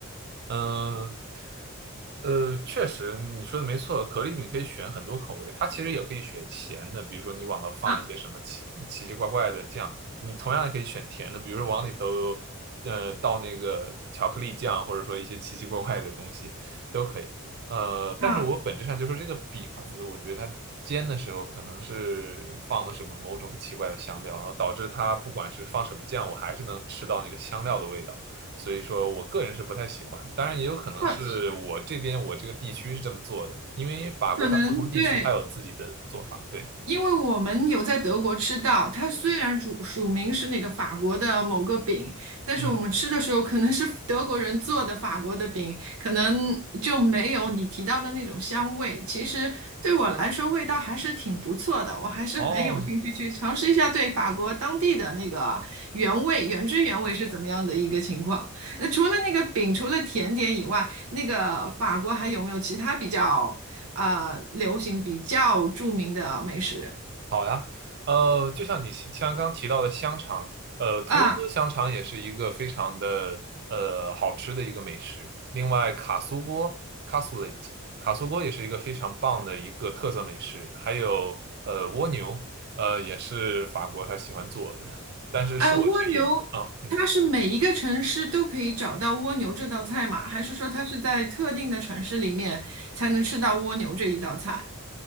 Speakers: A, on the right (about 45°); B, on the right (about 80°).
A: 嗯，呃，确实你说的没错，可丽饼可以选很多口味，它其实也可以选咸的，比如说你往头放一些什么奇奇奇怪怪的酱，
B: 嗯
A: 你同样也可以选甜的，比如说往里头呃倒那个巧克力酱，或者说一些奇奇怪怪的东西都可以。呃，
B: 嗯，
A: 但是我本质上就说这个饼子，我觉得它煎的时候可能是放了什么某种奇怪的香料，然后导致它不管是放什么酱，我还是能吃到那个香料的味道。所以说我个人是不太喜欢。当然，也有可能是我这边我这个地区是这么做的，
B: 或
A: 因为法国它不同地区它有自己的做法。
B: 可能对。
A: 对，
B: 因为我们有在德国吃到，它虽然主署名是那个法国的某个饼，但是我们吃的时候可能是德国人做的法国的饼，
A: 嗯，
B: 可能就没有你提到的那种香味。其实对我来说，味道还是挺不错的，我还是很有兴趣去尝试一下对法国当地的那个原味、
A: 哦，
B: 原汁原味是怎么样的一个情况。那除了那个饼，除了甜点以外，那个法国还有没有其他比较？啊、流行比较著名的美食
A: 好呀，呃，就像你像刚刚提到的香肠，呃，图卢兹香肠也是一个非常的呃好吃的一个美食。
B: 啊，
A: 另外，卡苏锅 （cassoulet） 卡苏锅也是一个非常棒的一个特色美食，还有呃蜗牛，呃也是法国他喜欢做的。但是恕我直言啊，
B: 呃，蜗牛，
A: 嗯，
B: 它是每一个城市都可以找到蜗牛这道菜吗？
A: 嗯
B: 还是说它是在特定的城市里面才能吃到蜗牛这一道菜？